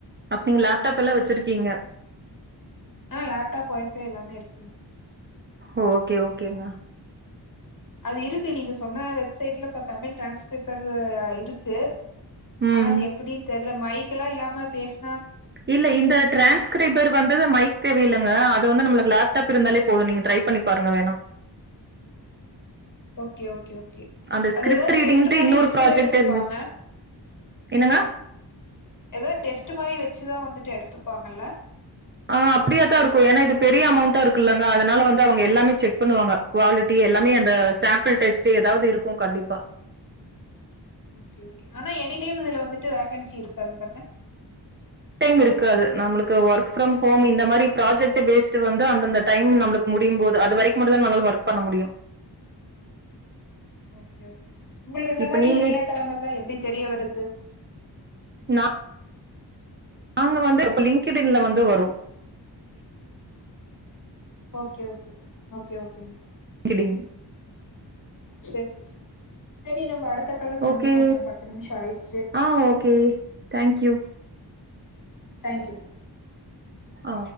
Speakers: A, on the right (about 25°); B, on the left (about 50°).
A: அப்ப நீங்க லேப்டாப் எல்லா வச்சிருக்கீங்க
B: அ லப்டாப் ஒய்ஃபை எல்லாமே இருக்குங்க
A: ஓ ஓகே ஓகேங்க
B: அது இருக்கு நீங்க சொன்ன வெப்சைட்ல இப்ப தமிழ் டிரான்ஸ்கிரிப்பரு இருக்கு
A: ம்
B: ஆனா அது எப்டின் தெர்ல மைக்கெல்லா இல்லாம பேஸ்
A: இல்ல இந்த டிரான்ஸ்கிரைபர் வந்து மைக் தேவையில்லைங்க அது வந்து நம்ளுக்கு லேப்டாப் இருந்தாலே போது நீங்க ட்ரை பண்ணி பாருங்க வேணா
B: ஓகே ஓகே ஓகே
A: அந்த
B: அது
A: ஸ்கிரிப்ட்
B: எதாவ்து
A: ரீடிங்ன்ட்டு
B: டெஸ்ட் மாரி
A: இன்னொரு
B: வச்சு
A: ப்ராஜெக்ட்
B: எடுத்துப்பாங்க
A: இருந்துச்சு என்னங்க
B: ஏதோ டெஸ்ட் மாரி வச்சுதா வந்துட்டு எடுத்துப்பாங்கல்ல
A: ஆ அப்டியாதா இருக்கு ஏனா இது பெரிய அமௌண்டா இருக்கு இல்லங்க அதனால வந்து அவுங்க எல்லாமே செக் பண்ணுவாங்க குவாலிட்டி எல்லாமே அந்த சாம்பிள் டெஸ்ட் ஏதாவ்து இருக்கு கண்டிப்பா
B: ஓகே ஓகே ஆனா எனி டைம் இதுல வந்துட்டு வேகன்சி இருக்காதுல்லங்க
A: எனி டைம் இருக்காது நம்ளுக்கு ஒர்க் ஃப்ரம் ஹோம் இந்த மாரி ப்ராஜக்ட்டு பேஸ்ட் வந்து அந்தந்த டைம் நம்ளுக்கு முடியும் போது அது வரைக்கு மட்டு தா நம்மளால ஒர்க் பண்ண முடியு
B: ஓகே ஓகே உங்ளுக்கு இந்த
A: இப்ப
B: மாரி
A: நீங்க
B: இணையதளங்கள்லா எப்டி தெரிய வருது
A: நா நாங்க வந்து இப்ப லிங்க்டு இன்ல வந்து வரு
B: ஓகே ஓகே ஓகே ஓகேங்க
A: கிடிங்
B: செரி செரி செரி சரி நம்ம அடுத்த கால்ல சந்திப்போங்க
A: ஓகே
B: பத்து நிமிஷோ ஆயிடுச்சு
A: ஆ okay thank you
B: thank you
A: ah